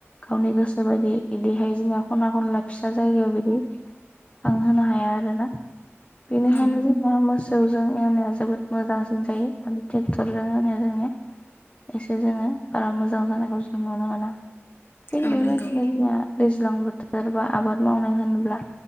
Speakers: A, on the left; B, on the left.
A: गावनि गोसो बायदि बिदिहाय जोंनि खना खनला फिसा जायगायाव बिदि थां होनो हाया आरोना बेनिखायनो
B: औ
A: जों मोसौजों एवनाया जोबोद मोजांसिन जायो आरो ट्रेक्टरजों एवनाया जोंनिया एसे जोङो बारा मोजां जानायखौ जों नुनो मोना थिग
B: औ
A: बेबायदि
B: नंगौ
A: जोंहा दैजां बोथोर बा आबाद मावनो होन्ला